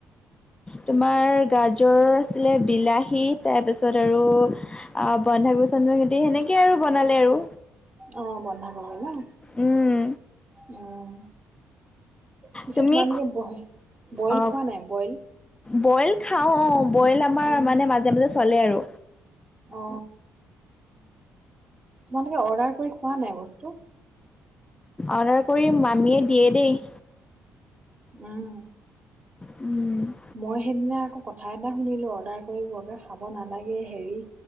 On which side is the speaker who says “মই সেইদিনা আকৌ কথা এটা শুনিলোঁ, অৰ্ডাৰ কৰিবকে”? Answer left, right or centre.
Right